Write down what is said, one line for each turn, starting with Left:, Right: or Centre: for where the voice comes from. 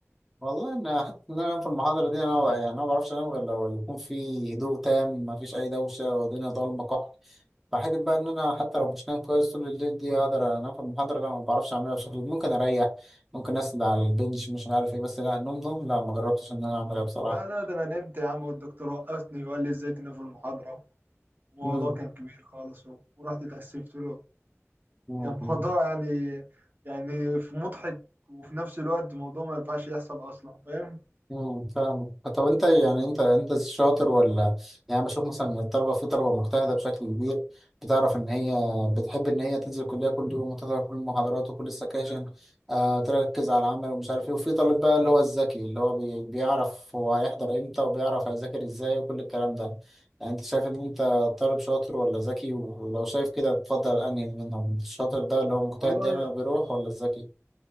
Centre: والله انا حتى ان انا انام في المحاضره دي انا يعني انا ما بعرفش انام غير لو يكون في هدوء تام ما فيش اي دوشه والدنيا ضلمه كحل فحته بقى ان انا حتى لو مش نايم كويس طول الليل دي اقدر انام في المحاضره لا ما بعرفش اعملها بشكل ممكن اريح ممكن اسند على البنش مش عارف ايه بس لا نوم نوم لا ما جربتش ان انا اعملها بصراحه
Right: لا لا ده انا نمت يا عم والدكتور وقفني وقال لي ازاي تنام في المحاضره الموضوع
Centre: مم.
Right: كان كبير خالص و- ورحت اتأسفت له
Centre: مم.
Right: كان موضوع يعني يعني في مضحك وفي نفس الوقت موضوع ما ينفعش يحصل اصلا فاهم
Centre: امم فاهم طب انت يعني انت انت شاطر ولا يعني أنا بشوف مثلا ان الطلبه في طلبه مجتهده بشكل كبير بتعرف ان هي بتحب ان هي تنزل الكليه كل يوم وتحضر كل المحاضرات وكل السكاشن آه تركز على العمل ومش عارف ايه وفي طالب بقى اللي هو الذكي اللي هو بي بيعرف هو هيحضر امتى وبيعرف هيذاكر ازاي وكل الكلام ده يعني انت شايف ان انت طالب شاطر ولا ذكي ولو شايف كده تفضل انهي منهم الشاطر ده اللي هو مجتهد
Right: والله
Centre: دايما بيروح ولا الذكي؟